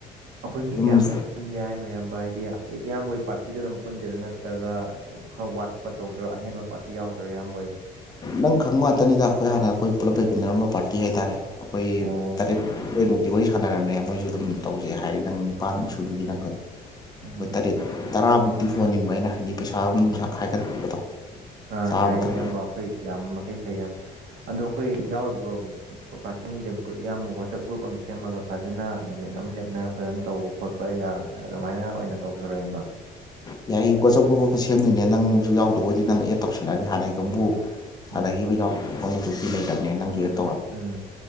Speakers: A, on the right; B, on the left.
A: ꯑꯩꯈꯣꯏ ꯃꯤ
B: ꯑꯗꯨꯝ
A: ꯀꯌꯥꯃꯨꯛ ꯄꯨꯟꯁꯦ ꯍꯥꯏꯅꯣ ꯏꯌꯥꯝꯕ ꯍꯥꯏꯗꯤ ꯑꯩ ꯏꯌꯥꯝꯕꯒꯤ ꯄꯥꯔꯇꯤꯗ ꯑꯗꯨꯝ ꯄꯨꯟꯖꯔꯣ ꯅꯠꯇ꯭ꯔꯒ ꯈꯔ ꯋꯥꯠ ꯈꯣꯠꯇꯧꯗꯔꯣ ꯑꯍꯦꯟꯕ ꯄꯥꯔꯇꯤ ꯌꯥꯎꯗ꯭ꯔꯔꯣ ꯏꯌꯥꯝꯕꯩ
B: ꯅꯪ ꯈꯪꯕ ꯉꯥꯛꯇꯅꯤꯗ ꯑꯩꯈꯣꯏ ꯍꯥꯟꯅ ꯑꯩꯈꯣꯏ ꯄꯨꯂꯞ ꯂꯩꯃꯤꯟꯅꯔꯝꯕ ꯄꯥꯔꯇꯤ ꯍꯥꯏꯇꯥꯔꯦ ꯑꯩꯈꯣꯏ
A: ꯑꯣ
B: ꯇꯔꯦꯠ <unintelligible> ꯗꯤ ꯋꯥꯔꯤ ꯁꯥꯟꯅꯔꯕꯅꯦ ꯃꯣꯏꯁꯨ ꯑꯗꯨꯝ ꯇꯧꯖꯦ ꯍꯥꯏ ꯅꯪ ꯅꯤꯄꯥꯟꯃꯨꯛ ꯁꯨꯗꯨꯗꯤ ꯅꯪꯈꯛ ꯑꯩꯈꯣꯏ
A: ꯎꯝ
B: ꯇꯔꯦꯠ ꯇꯔꯥꯃꯨꯛꯇꯤ ꯍꯣꯟꯅꯤꯡꯕ ꯑꯩꯅ ꯍꯥꯏꯗꯤ ꯄꯩꯁꯥꯒ ꯅꯨꯡꯁꯥ
A: ꯎꯝ
B: ꯈꯥꯏꯒꯠꯄꯗꯣ
A: ꯑꯥ
B: ꯆꯥꯕ
A: ꯌꯥꯏꯌꯦ
B: ꯊꯛ
A: ꯏꯌꯥꯝꯕ ꯑꯩꯈꯣꯏ ꯌꯥꯝ ꯃꯈꯩ ꯐꯩ ꯌꯥꯝ ꯑꯗꯣ ꯑꯩꯈꯣꯏ ꯌꯥꯎꯗꯕ ꯄ ꯄꯥꯔꯇꯤꯉꯩꯖꯨ ꯏꯌꯥꯝꯕ ꯋꯥꯆꯞ ꯒ꯭ꯔꯨꯞ ꯑꯃ ꯁꯦꯝꯃꯒ ꯐꯖꯅ ꯅꯨꯃꯤꯠ ꯑꯃ ꯂꯦꯞꯅꯔ ꯐꯖꯅ ꯇꯧꯕ ꯈꯣꯠꯄ ꯄ ꯌꯥ ꯑꯗꯨꯃꯥꯏꯅ ꯑꯣꯏꯅ ꯇꯧꯖꯔꯣ ꯏꯌꯥꯝꯕ
B: ꯌꯥꯏꯌꯦ ꯒꯣꯆꯞ ꯒ꯭ꯔꯨꯞ ꯑꯃꯇ ꯁꯦꯝꯗꯣꯏꯅꯦ ꯅꯪꯁꯨ ꯌꯥꯎꯗꯕꯗꯤ ꯅꯪ ꯑꯦꯠ ꯇꯧꯁꯤꯜꯂꯛꯑꯅꯤ ꯍꯥꯟꯅꯒꯤꯒ ꯑꯃꯕꯨ ꯁꯥꯥꯅꯈꯤꯕ
A: ꯎꯝ
B: ꯌꯥꯎ ꯀꯥꯡꯕꯨꯗꯨꯕꯨꯗꯤ ꯂꯩꯔꯕꯅꯦ ꯅꯪꯁꯨ ꯑꯦꯠ
A: ꯎꯝ